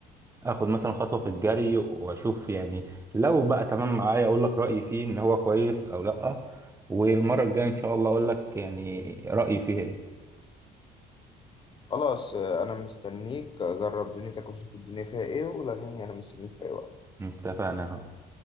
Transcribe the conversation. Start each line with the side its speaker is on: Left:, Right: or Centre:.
Right: اخد مثلا خطوه في الجري واشوف يعني لو بقى تمام معايا اقول لك رايي فيه ان هو كويس او لا والمره الجايه ان شاء الله اقول لك يعني رايي فيه ايه
Left: خلاص آه، انا مستنيك جرب دنيتك وشوف الدنيا فيها ايه ولغيني انا مستنيك في اي وقت
Right: اتفقنا يا حبيبي.